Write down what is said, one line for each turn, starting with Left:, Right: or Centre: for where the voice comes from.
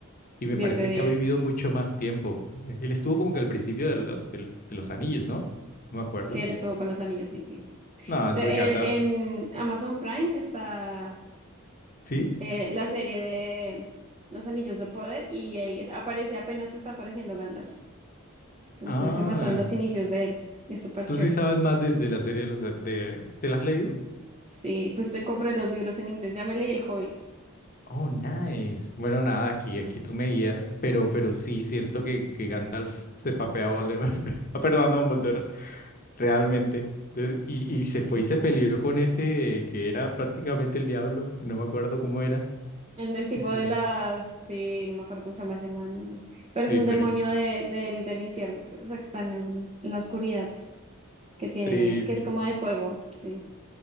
Left: y me
Right: diez
Left: parece
Right: de diez
Left: que ha vivido mucho más tiempo. Eh, Él estuvo como que al principio de, lo- del- de los anillos, ¿no? No me acuerdo.
Right: Sí, él estuvo con los anillos, sí, sí.
Left: No, entonces
Right: Te-
Left: Gandalf.
Right: el- en Amazon Prime está
Left: ¿Sí?
Right: eh, la serie de Los Anillos de Poder y ahí es- aparece, apenas está apareciendo Gandalf. Entonces
Left: Ah,
Right: se muestran los inicios de él. Es súper
Left: tú
Right: chévere.
Left: sí sabes más de, de la serie de los an- de, ¿te la has leído?
Right: Sí, pues te compré los libros en inglés. Ya me leí El Hobbit.
Left: Oh, nice. Bueno, nada, aquí,
Right: Sí,
Left: aquí tú me guías. Pero, pero sí, siento que, que Gandalf se papea a Voldemort. <laughs> Ah, perdón, a Dumbledore. realmente. Entonces, y, y se
Right: sí.
Left: fue y se peleó con este que era prácticamente el diablo, no me acuerdo cómo era,
Right: En el
Left: qué
Right: tipo
Left: sé
Right: de
Left: yo.
Right: las, sí, no me acuerdo cómo se llama ese man, pero
Left: Sí,
Right: es un
Left: pero
Right: demonio de, del, del infierno, que- o sea, que está en, el- en la oscuridad, que tiene,
Left: sí,
Right: que es
Left: sí.
Right: como de fuego, sí.